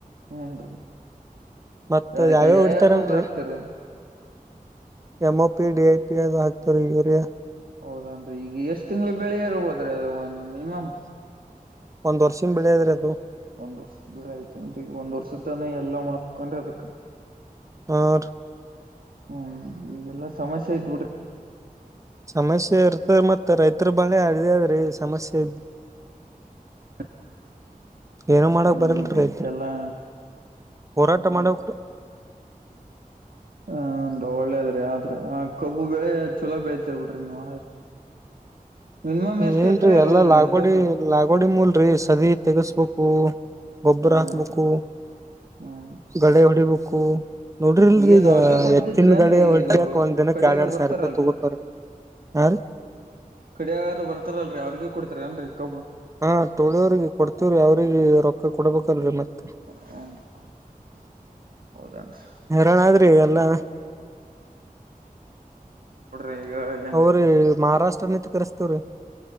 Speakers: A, on the right; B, on the right.
A: ಹೂನ್ರಿ
B: ಮತ್ತ
A: ಅದಕ್ಕೆ
B: ಯಾವ್ಯಾವ ಹೊಡಿತಾರೆನ್ರಿ.
A: ಗೊಬ್ಬರ ಹಾಕ್ತಿರಿ
B: ಎಮ್ಒಪಿ ಡಿಐಪಿ ಅದು ಹಾಕ್ತಿವರಿ ಯುರಿಯಾ
A: ಹೌದನ್ರಿ ಈಗ ಎಷ್ಟ್ ತಿಂಗಳಿಗ ಬೆಳಿ ಇರ್ಬೋದ್ರಿ ಅದ ಒಂದ್ ಮಿನಿಮಮ್
B: ಒಂದ್ ವರ್ಷಿನ್ ಬೆಳಿ ಅದರಿ ಅದು
A: ಒಂದ್ ವರ್ಷದ ಬೆಳೆ ಐತೆನ್ರಿ ಈಗ ಒಂದ ವರ್ಷತನ ಎಲ್ಲಾ ಮಾಡ್ಬೇಕೇನ್ರಿ ಅದಕ್
B: ಹಾ ರಿ
A: ಹ್ಮ್ ಈಗೆಲ್ಲಾ ಸಮಸ್ಯೆ ಐತ ಬಿಡ್ರಿ
B: ಸಮಸ್ಯೆ ಇರ್ತದ ಮತ್ತ ರೈತರ ಬಾಳೆ ಅದೇ ಅದರಿ ಸಮಸ್ಯೆ
A: <inaudible>
B: ಏನು ಮಾಡಕ್
A: ಹ್ಮನ್ರಿ
B: ಬರಲ್ರಿ ರೈತರು
A: ಈಗೆಲ್ಲಾ
B: ಹೋರಾಟ
A: ಹ್ಮ
B: ಮಾಡಕ್ರಿ
A: ಹ ರಿ ಒಳ್ಳೇದ್ರಿ ಆದ್ರ ಆ ಕಬ್ಬು ಬೆಳೆ ಚಲೋ ಬೆಳತಿರ್ ಬಿಡ್ರಿ ನೀವ್ ಆದ್ರ ಮಿನಿಮಮ್ ಎಷ್ಟ್
B: ಏನ್ರೀ
A: ಎತ್ತರ ಇರ್ಬೋದ್ರಿ
B: ಎಲ್ಲಾ ಲಾಗೋಡಿ
A: ನಿಮ್ ಕಬ್ಬು
B: ಲಾಗೋಡಿ ಮೂಲ್ರಿ ಸದಿ ತಗಸ್ಬೇಕು. ಗೊಬ್ಬರಾಕ್ಬೇಕು
A: ಹ್ಮ್ ಹ್ಮ್
B: ಗಳೆ ಹೊಡಿಬೇಕು. ನೋಡಿರಿಲ್ರಿ
A: ಏನ್
B: ಈಗ
A: ಅವ್ರಿಗೆ ಕೊಡ್ತಿದ್ರಿ
B: ಎತ್ತಿನಗಾಡೆ
A: ಏನ್ರಿ
B: ಹೊಡ್ಡ್ಯಾಕ್
A: ಈಗ
B: ಒಂದ ದಿನಕ್ಕ
A: ಕಡೆಯರು
B: ಯಾಡ್ ಯಾಡ್
A: ಬರ್ತಾರಲ್ರಿ
B: ಸಾವರೂಪಾಯಿ ತಗೋತಾರ ಹಾ ರೀ
A: ಕಡೆಯಾರು ಬರ್ತಾರಲ್ಲರಿ ಅವ್ರಿಗ ಕೊಡ್ತಿರೇನ್ರಿ ಕಬ್ಬು
B: ಹಾ ಟೋಳಿಯವ್ರಿಗೆ ಕೊಡ್ತಿವ್ರೀ ಅವ್ರಿಗೆ ರೊಕ್ಕ ಕೊಡ್ಬೇಕಲ್ರಿ ಮತ್ತೆ.
A: ಹ ಹೌದನ್ರೀ
B: ಹೈರಾಣ ಆದ್ರಿ ಎಲ್ಲಾ
A: ಹ್ಮ. ಬಿಡ್ರಿ. <unintelligible>
B: ಅವ್ರಿ ಮಹಾರಾಷ್ಟ್ರನಂತ ಕರ್ಸ್ತೇವ್ರಿ.